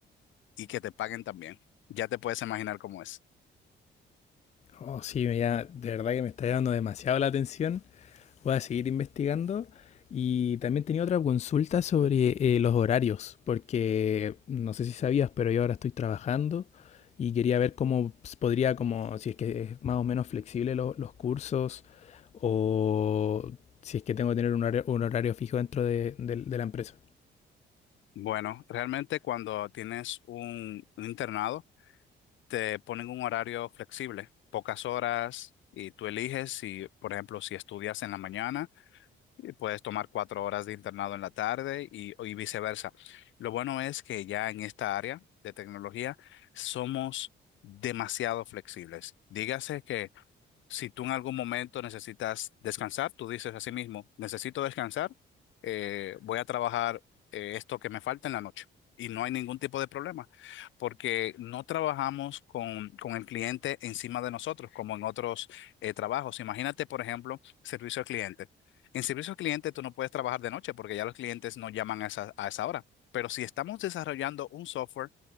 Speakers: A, on the left; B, on the left.
A: y que te paguen también. Ya te puedes imaginar cómo es.
B: Oh, sí, ya de verdad que me está llamando demasiado la atención. Voy a seguir investigando. Y también tenía otra consulta sobre eh, los horarios, porque no sé si sabías, pero yo ahora estoy trabajando y quería ver cómo s- podría, como si es que es más o menos flexible lo- los cursos o si es que tengo que tener un horario, un horario fijo dentro de, del- de la empresa.
A: Bueno, realmente cuando tienes un, un internado, te ponen un horario flexible, pocas horas, y tú eliges si, por ejemplo, si estudias en la mañana, y puedes tomar cuatro horas de internado en la tarde y, y viceversa. Lo bueno es que ya en esta área de tecnología somos demasiado flexibles. Dígase que si tú en algún momento necesitas descansar, tú dices a sí mismo, necesito descansar, eh, voy a trabajar eh, esto que me falta en la noche. Y no hay ningún tipo de problema, porque no trabajamos con, con el cliente encima de nosotros, como en otros eh, trabajos. Imagínate, por ejemplo, servicio al cliente. En servicio al cliente tú no puedes trabajar de noche porque ya los clientes no llaman a esa, a esa hora. Pero si estamos desarrollando un software